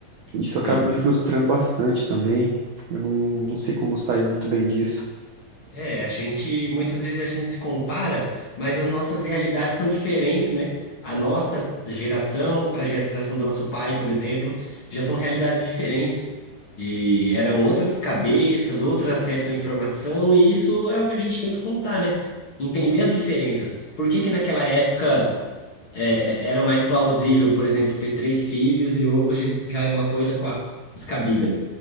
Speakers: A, on the right; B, on the left.
A: Isso
B: sim.
A: acaba me frustrando bastante também. Eu não, não sei como sair muito bem disso.
B: É, a gente, muitas vezes a gente se compara, mas as nossas realidades são diferentes, né? A nossa geração para a geração do nosso pai, por exemplo, já são realidades diferentes. E eram outras cabeças, outro acesso à informação, e isso é o que a gente tem que contar, né? Entender as diferenças. Por que que naquela época é, é, era mais plausível, por exemplo, ter três filhos e hoje já é uma coisa quase descabida.